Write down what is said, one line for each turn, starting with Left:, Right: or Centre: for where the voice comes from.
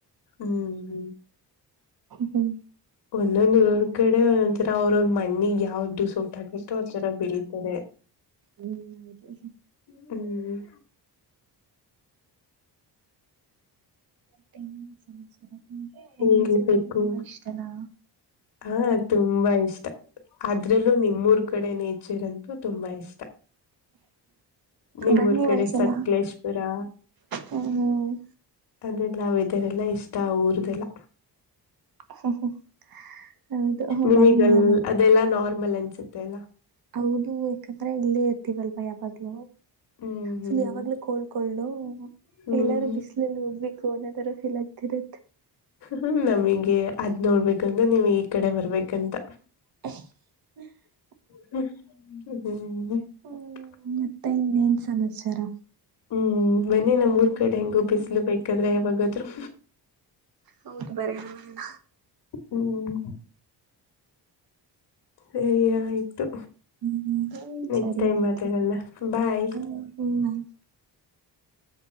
Left: ಹ್ಮ್
Right: ಹ್ಮ್
Left: ಒಂದ ನರು ಕಡೆ ಈರ ಅವ್ರ ಮಣ್ಣಿಗ್ ಯಾವ್ದ ಸೋಟ ಆಗತ್ತು ಆತರ ಬೆಳೀತಾರೆ
Right: ಹ್ಮದುಷ
Left: ಹ್ಮ್
Right: ಮತ್ತೆನ್ ಸಮಾಚಾರ ನಿಮಗೆೇಚಾರ
Left: ಹೇಳ್ಬೇಕು
Right: ಅಂದ್ರೆ ತುಂಬಾ ಇಷ್ಟನಾ
Left: ಹಾ ತುಂಬಾ ಇಷ್ಟ ಅದ್ರಲ್ಲೂ ನಿಮ್ಮೂರ್ ಕಡೆ ನೇಚರ್ ಅಂತೂ ತುಂಬಾ ಇಷ್ಟ ನಿಮ್ಮೂರ್
Right: ಬನ್ನಿ
Left: ಕಡೆ
Right: ಒಂದ್ಸಲ
Left: ಸಕ್ಲೇಶ್ಪುರ
Right: ಹ್ಮ್
Left: ಅದೆರಲ್ಲ ಅವ ಇದ್ದಾರೆಲ್ಲ ಇಷ್ಟ ಊರದೆಲ್ಲ
Right: ಹ ಹ ಹೌದು
Left: ನಿಮಗಲ್
Right: ಮನ್ಯ
Left: ಅದೆಲ್ಲಾ ನಾರ್ಮಲ್ ಅನ್ಸುತ್ತೆ ಅಲ್ಲ
Right: ಹೌದು ಯಾಕಂದ್ರೆ ಇಲ್ಲೇ ಇರ್ತವಲ್ವಾ ಯಾವಾಗ್ಲುೂ
Left: ಹ್ಮ್ ಹ್ಮ್
Right: ಫುಲ್ ಯಾವಾಗ್ಲೂ ಕೋಳ್ಕೊಳ್ಳು
Left: ಹ್ಮ್
Right: ಎಲ್ಲಾರು ಬಿಸಲಲ್ಲಿ ಹೋಗ್ಬೇಕು ಅನ ತರ ಇಲ್ಲಾಗತರ
Left: ಹ್ಮ ನಮಗೆ ಅದ್ ನೋಡ್ಬೇಕಂದ್ರೆ ನೀವು ಈ ಕಡೆ ಬರ್ಬೇಕಂತ
Right: ಹ
Left: ಹ್ಮ್
Right: ಹ್ಮ್ ಮತ್ತೆ ಇನ್ನೇನ್ ಸಮಾಚಾರ
Left: ಹ್ಮ್ ಬನ್ನಿ ನಮ್ಊರ್ ಕಡೆ ಹೆಂಗೂ ಬಿಸ್ಲು ಬೇಕಾದ್ರೆ ಯಾವಾಗತ್ರರು
Right: ಹೌದು ಬರೋಣ
Left: ಹ್ಮ್ ಸರಿಯ ಆಯ್ತು
Right: ಹ್ಮ್
Left: ನೆಕ್ಸಟೈಮ್
Right: ಸರಿ ಆಯ್ತು
Left: ಮಾತನ್ನ ಬಾಯ್
Right: ಹ್ಮ್ ಆಯ್ತು